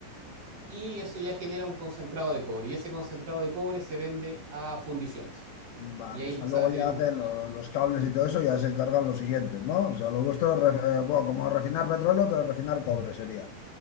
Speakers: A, on the right; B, on the left.
A: y eso ya genera un concentrado de cobre. Y ese concentrado de cobre se vende a fundiciones
B: Vale,
A: y ahí
B: o sea,
A: pasa
B: luego
A: a tener
B: ya
A: un
B: hacen
A: cátodo
B: lo-
A: de cobre.
B: los cables y todo eso, ya se encargan los siguientes, ¿no? O sea, lo vuestro es, ref- eh, bueno, como refinar petróleo, pero refinar cobre sería.